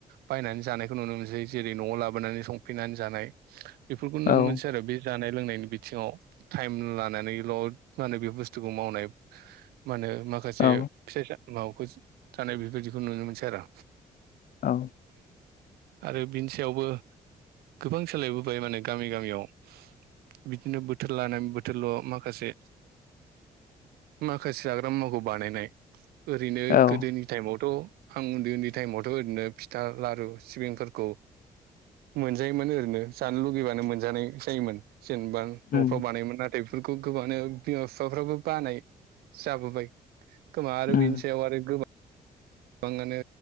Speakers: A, on the right (about 85°); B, on the left (about 65°).
A: बायनानै जानायखौ नुनो मोनसै जेरै न'आव लाबोनानै संफिनानै जानाय बेफोरखौ नुनो
B: औ
A: मोनसै आरो बे जानाय लोंनायनि बिथिङाव थाइम लानानै ल'द माने बे बुस्थुखौ मावनाय मा होनो माखासे
B: औ
A: फिसा <unintelligible> सा मावखोस थानाय बेफोरबायदिखौ नुनो मोनसै आरो
B: औ
A: आरो बिनि सायावबो गोबां सोलायबोबाय माने गामि गामियाव बिदिनो बोथोर लानानै बोथोरल' माख खासे माखासे जाग्रा मुवाखौ बानायनाय ओरैनो
B: औ
A: गोदोनि टाइमावथ' आं उन्दै उन्दै टाइमावथ' ओरैनो फिथा लारु सिबिंफोरखौ मोनजायोमोन ओरैनो जानो लुगैबानो मोनजानाय जायोमोन। जेनबा न'फ्राव
B: उम
A: बानायोमोन नाथाय बेफोर गोबाङानो ओ बिमा- बिफाफ्राबो बानाय जाबोबाय खोमा आरो
B: उम
A: बिनि सायाव आरो गोबां गोबाङानो